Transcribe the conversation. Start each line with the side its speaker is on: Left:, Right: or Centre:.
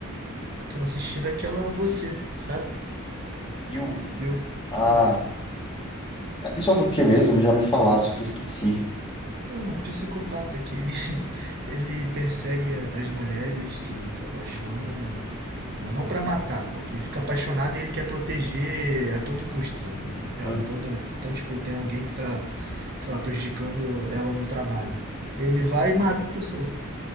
Right: Tô assistindo aquela Você, sabe?
Left: You.
Right: Eu.
Left: Ah.
Right: É.
Left: E sobre o que mesmo? Já me falaram, só que eu esqueci.
Right: Um psicopata que ele, <laughs> ele persegue a- as mulheres, que ele se apaixona, mas não pra matar, porque ele fica apaixonado e ele quer proteger a todo custo. É,
Left: Hum,
Right: então, então, tipo, tem alguém que tá, sei lá, prejudicando ela no trabalho. Ele vai e mata a pessoa.